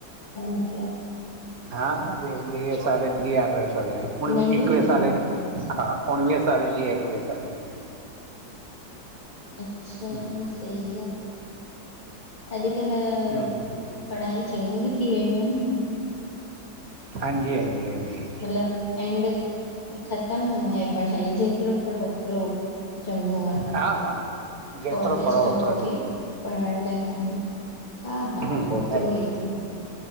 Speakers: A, on the left; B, on the right.
A: मतिलबु
B: हा वी वीह साले जी आ, अरडहें साले जी उणवी
A: नंढियूं
B: एकवीह
A: ई तव
B: सालें
A: मतिलबु?
B: जी। हा उणवीह साल जी, एकवीह साल जी।
A: अच्छा,
B: हम्म
A: न सही आ। अॼुकल्ह
B: हम्म,
A: पढ़ाई चङियूं बि थी वियूं आहिनि न।
B: हांजी, हांजी, हांजी
A: मतिलबु एंड ख़तम न आहे पढ़ाई, जेतिरो पढ़ो ओतिरो चङओ आ।
B: हा! जेतिरो
A: कॉलेज
B: पढ़ो
A: खां
B: ओतिरो
A: पोइ बि
B: चङो
A: पढ़ण लाइ कानहे, हा हा
B: हम्म
A: ओतिरो
B: अॼु-
A: ही आ न।